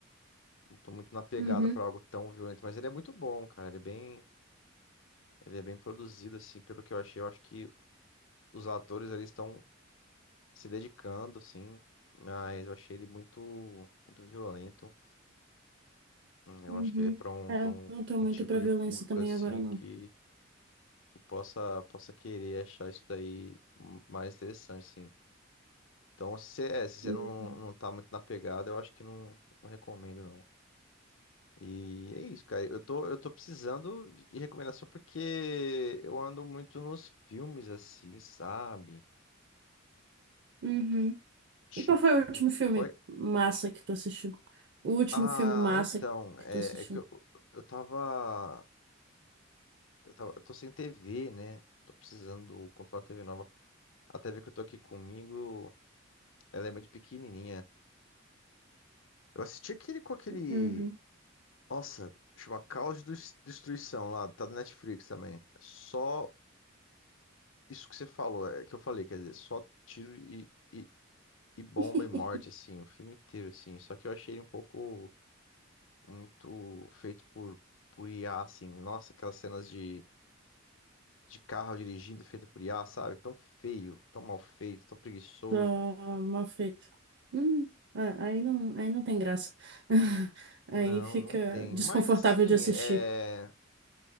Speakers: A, on the left (about 75°); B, on the right (about 60°).
A: Não tô muito na pegada
B: Uhum,
A: pra algo tão violento, mas ele é muito bom, cara. Ele é bem, ele é bem produzido, assim, pelo que eu achei. Eu acho que os atores ali estão se dedicando, assim, mas eu achei ele muito, muito violento. Hum, Eu
B: uhum.
A: acho que ele é pra um,
B: É,
A: para
B: eu
A: um,
B: não tô
A: um
B: muito
A: tipo
B: pra
A: de
B: violência
A: público,
B: também
A: assim,
B: agora, não.
A: que, que possa, possa querer achar isso daí hum, mais interessante, assim. Então, se você, é, se você
B: Uhum,
A: não, não tá muito na pegada, eu acho que não, não recomendo, não. E é isso, cara. Eu tô, eu tô precisando de de recomendação porque eu ando muito nos filmes, assim, sabe?
B: uhum.
A: Tipo.
B: E qual foi o último filme
A: Oi?
B: massa que tu assistiu? O último
A: Ah,
B: filme massa
A: então. É,
B: que tu assistiu?
A: é que eu, eu tava. Eu tava. Eu tô sem TV, né? Tô precisando comprar uma TV nova. A TV que eu tô aqui comigo, ela é muito pequenininha. Eu assisti aquele com aquele.
B: Uhum.
A: Nossa, chama Caos de Destruição lá, tá do Netflix também. É Só isso que você falou, é que eu falei, quer dizer, só tiro e, e, e bomba
B: <laughs>
A: e morte, assim, o filme inteiro, assim. Só que eu achei ele um pouco muito feito por, por IA, assim. Nossa, aquelas cenas de, de carro dirigindo feita por IA, sabe? Tão feio, tão mal feito, tão preguiçoso.
B: Tá mal feito. Hum, ah, aí não, aí não tem graça. <laughs> Aí
A: Não,
B: fica
A: não tem.
B: desconfortável
A: Mas, assim,
B: de assistir.
A: é...